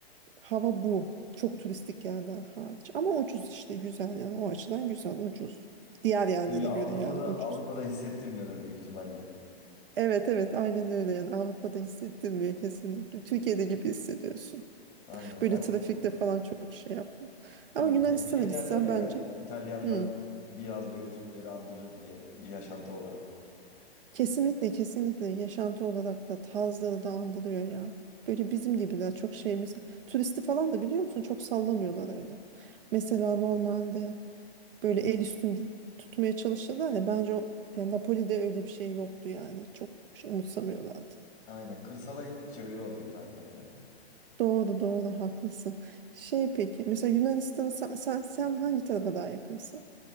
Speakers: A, on the right; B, on the left.
A: hava bu çok turistik yerler hariç ama ucuz işte güzel yani o açıdan güzel ucuz diğer yerlere
B: böyle Avrupa'da
A: göre yani ucuz
B: Avrupa'da hissettirmiyordur büyük ihtimalle.
A: evet evet aynen öyle yani Avrupa'da hissettirmiyor kesinlikle Türkiye'de gibi hissediyorsun
B: Aynen.
A: Böyle
B: Zaten
A: trafikte falan çok şey yapmıyor. Ama
B: aynen.
A: Yunanistan'a
B: Hep şey
A: gitsen
B: derler ya
A: bence.
B: hani, İtalyanlar
A: hı,
B: biraz böyle Türkleri andırır diye yaşantı olarak.
A: Kesinlikle kesinlikle yaşantı olarak da tarzları da andırıyor ya. Böyle bizim gibiler çok şey mesela. Turisti falan da biliyor musun çok sallamıyorlar öyle. Mesela normalde böyle el üstünde tutmaya çalışırlar ya bence o ya Napoli'de öyle bir şey yoktu yani. Çok şey umursamıyorlardı.
B: Aynen. Kırsala indikçe öyle oluyor zaten ya.
A: Doğru doğru haklısın. Şey peki mesela Yunanistan'ı sen, sen, sen hangi tarafa daha yakınsın